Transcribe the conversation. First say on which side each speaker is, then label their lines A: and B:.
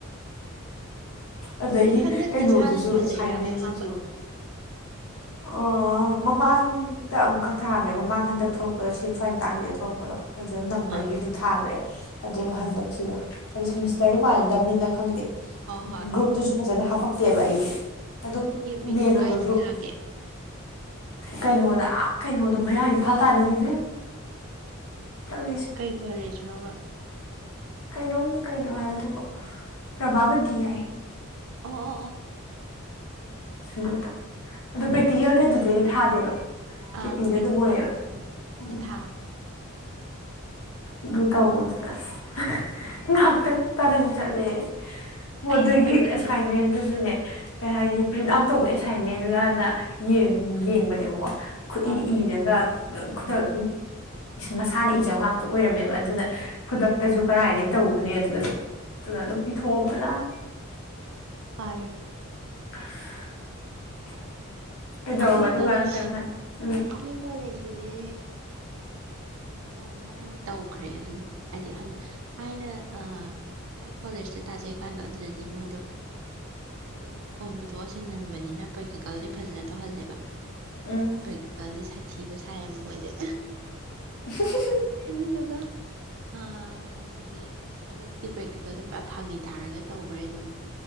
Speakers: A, on the left; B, on the right.
A: ꯑꯗꯒꯤ
B: ꯅꯪ ꯍꯟꯗꯛ
A: ꯀꯩꯅꯣꯗꯨꯁꯨ
B: ꯅꯁꯥꯅ ꯊꯥꯖꯩꯔꯕ
A: ꯑꯦꯁꯥꯏꯟꯃꯦꯟꯗꯨꯨꯁꯨ
B: ꯑꯍꯥꯟꯕ
A: ꯑꯣ ꯃꯃꯥꯡꯗ ꯑꯃꯨꯛ ꯈ ꯊꯥꯈ꯭ꯔꯦ ꯃꯃꯥꯡ ꯍꯟꯗꯛ ꯊꯣꯛꯂꯛꯄꯗꯣ ꯁꯦꯝ ꯁ꯭ꯋꯥꯏ ꯃꯇꯥꯡꯁꯤꯗ ꯊꯣꯛꯂꯛꯄꯗꯣ ꯐꯖꯅ ꯅꯪꯕꯒꯤ
B: ꯑꯥ ꯑꯥ
A: ꯑꯗꯨ ꯊꯥꯈ꯭ꯔꯦ ꯑꯗꯨꯒ ꯍꯟꯗꯛꯁꯤꯒ ꯑꯗꯨ ꯁꯦꯃꯤꯁꯇꯔꯗꯨ ꯃꯥꯟꯅꯗꯕꯅꯤꯅ ꯈꯪꯗꯦ
B: ꯍꯣꯏ ꯍꯣꯏ
A: ꯒ꯭ꯔꯨꯞꯇꯨꯁꯨ ꯐꯖꯅ ꯍꯥꯞꯄꯛꯇꯦꯕ ꯑꯩꯗꯤ ꯑꯗꯨꯝ
B: ꯀꯦꯄꯤꯗꯣ
A: ꯃꯦꯟ ꯑꯣꯏꯕ
B: ꯀꯥꯏꯗ
A: ꯒ꯭ꯔꯨꯞ
B: ꯊꯥꯒꯦ
A: ꯀꯩꯅꯣꯗ ꯑꯥ ꯀꯩꯅꯣꯗ ꯃꯌꯥꯡ ꯏꯝꯐꯥꯜ ꯇꯥꯟꯅꯅꯤꯅꯦ ꯆꯠꯔꯤꯁꯦ
B: ꯀꯩ ꯀꯣꯂꯦꯖꯅꯣꯕ
A: ꯀꯩꯅꯣꯝ ꯀꯩꯅꯣ ꯍꯥꯏꯕꯗꯨꯕꯨ ꯄ꯭ꯔꯚꯥꯕꯇꯤ ꯌꯥꯏ
B: ꯑꯣ ꯑꯣ
A: ꯑꯗꯨꯗ ꯑꯗꯨ ꯄ꯭ꯔꯦꯛꯇꯤꯀꯦꯜꯗꯤ
B: ꯑꯁ
A: ꯑꯗꯨꯗꯩꯗꯤ ꯊꯥꯗꯦꯕ ꯀꯦ
B: ꯑꯥ
A: ꯄꯤꯗ
B: ꯄ꯭ꯔꯦꯛꯇꯤꯀꯦꯜꯗꯤ
A: ꯑꯗꯨꯝ ꯑꯣꯏꯌꯦꯕ
B: ꯏꯁꯥꯒꯤ
A: ꯎꯝ
B: ꯀꯣꯂꯦꯖꯇ ꯊꯥꯕꯅꯦ
A: ꯑꯗꯨ ꯇꯧꯕꯗꯨꯗ ꯑꯁ ꯉꯥꯏꯍꯥꯛꯇꯪ ꯇꯔꯪ ꯆꯠꯂꯦ ꯑꯩ
B: ꯑꯩꯗꯤ
A: ꯑꯗꯒꯤ
B: ꯄ꯭ꯔꯦꯛꯇꯤꯀꯦꯜ
A: ꯑꯦꯁꯥꯏꯟꯃꯦꯟꯗꯨꯁꯨꯅꯦ ꯀꯩ ꯍꯥꯏꯅꯤ ꯄ꯭ꯔꯤꯟꯠ ꯑꯥꯎꯠ ꯇꯧꯕ ꯑꯦꯁꯥꯏꯟꯃꯦꯟꯂꯅ ꯌꯦꯡꯕꯅꯦꯕꯀꯣ ꯈꯨꯠꯏ
B: ꯑꯥ
A: ꯏꯔꯒ ꯈꯨꯗꯛ ꯃꯁꯥꯅ ꯏꯖꯕ ꯉꯥꯛꯇ ꯑꯣꯏꯔꯝꯃꯦꯕ ꯑꯗꯨꯅ
B: ꯑ ꯑ
A: ꯈꯨꯗꯛꯇꯁꯨ ꯀꯗꯥꯥꯏꯗꯒꯤꯩ ꯇꯧꯔꯨꯅꯦ ꯑꯗꯨ ꯑꯗꯨꯅ
B: ꯍꯣꯏ
A: ꯑꯗꯨꯝ ꯄꯤꯊꯣꯛꯑꯃ ꯂꯥꯛ
B: ꯐꯔꯦ
A: <unintelligible> ꯀꯩꯗꯧꯔꯕ
B: ꯑꯩꯈꯣꯏ
A: ꯑꯗꯨꯒ
B: ꯀꯣꯂꯦꯖ
A: ꯅꯪ ꯀꯩꯅꯣ ꯍꯥꯏ ꯎꯝ
B: ꯑꯩꯈꯣꯏ ꯀꯣꯂꯦꯖ ꯀꯤꯗꯤ ꯌꯥꯝ ꯂꯥꯏꯅ ꯇꯧꯈ꯭ꯔꯦ ꯑꯗꯨꯝ ꯍꯥꯏꯗꯤ ꯍꯟꯗꯛ ꯊꯥꯏꯅ ꯏꯁꯥꯒꯤ ꯀꯣꯂꯦꯖꯇ ꯇꯥꯖꯩꯀꯥꯟꯗꯣ ꯑꯗꯨꯗꯗꯤ ꯃꯣꯏꯗꯣ ꯑꯩꯈꯣꯏꯗ ꯐꯣꯟ ꯄꯨꯊꯣꯛꯑꯁꯤꯟꯍꯟꯕꯅꯤꯅ ꯄ꯭ꯔꯦꯛꯇꯤꯀꯦꯜꯗꯤ ꯐꯖꯅ ꯇꯧꯍꯜꯂꯦꯕ
A: ꯎꯝ
B: ꯄ꯭ꯔꯦꯛꯇꯤꯀꯦꯜꯗꯤ ꯁꯥꯊꯤꯕ ꯁꯥꯏꯌꯦꯕ ꯃꯣꯏꯗꯤ
A: ꯁꯤꯁꯤ <inaudible>
B: ꯑꯗꯨꯗꯨꯒ ꯑ ꯀꯩꯅꯣꯗꯤ ꯍꯟꯗꯛꯇꯤ ꯄ꯭ꯔꯦꯛꯇꯤꯀꯦꯜꯗꯣ ꯄꯨꯔ ꯐꯥꯒꯤ ꯇꯥꯔꯒ ꯇꯧꯈ꯭ꯔꯦ ꯑꯗꯨꯝ